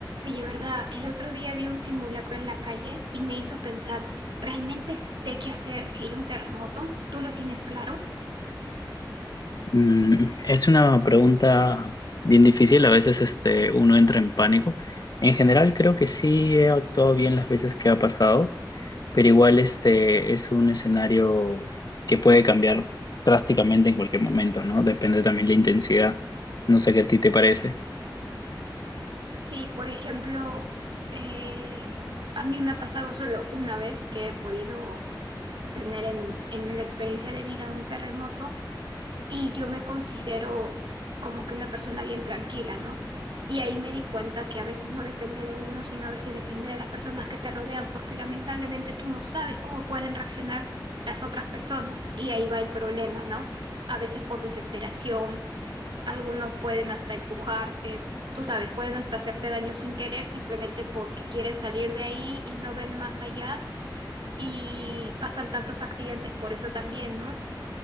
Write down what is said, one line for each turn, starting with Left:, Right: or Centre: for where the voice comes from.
Right: Oye, ¿verdad? El otro día vi un simulacro en la calle y me hizo pensar, ¿realmente sé qué hacer si hay un terremoto? ¿Tú lo tienes claro?
Left: Mm, es una pregunta bien difícil, a veces este, uno entra en pánico. En general creo que sí he actuado bien las veces que ha pasado, pero igual este es un escenario que puede cambiar drásticamente en cualquier momento, ¿no? Depende también la intensidad. No sé qué a ti te parece.
Right: Sí, por ejemplo, eh, a mí me ha pasado solo una vez que he podido tener en, en la experiencia de vida un terremoto y yo me considero como que una persona bien tranquila, ¿no? Y ahí me di cuenta que a veces no depende de uno, sino a veces depende de las personas que te rodean, porque lamentablemente tú no sabes cómo pueden reaccionar las otras personas. Y ahí va el problema, ¿no? A veces por desesperación, algunos pueden hasta empujarte, tú sabes, pueden hasta hacerte daño sin querer, simplemente porque quieren salir de ahí y no ven más allá. Y pasan tantos accidentes por eso también, ¿no?